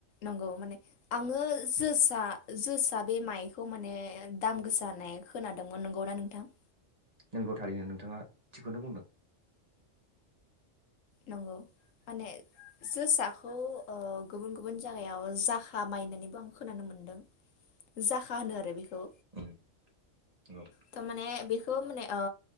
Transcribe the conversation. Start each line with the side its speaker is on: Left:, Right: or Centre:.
Left: नंगौ माने आङो जोसा जोसा बे माइ खौ माने दाम गोसा होननाय खोनादोंमोन नंगौ ना नोंथां?
Right: नोंगौ थारैनो नोंथाङा थिगखौनो बुंदों।
Left: नंगौ माने जोसाखौ ओ गुबुन गुबुन जागायाव जाखा मायनानैबो आं खोनानो मोनदों जाखा होनो आरो बेखौ
Right: उम नंगौ
Left: त' माने बेखौ माने ओ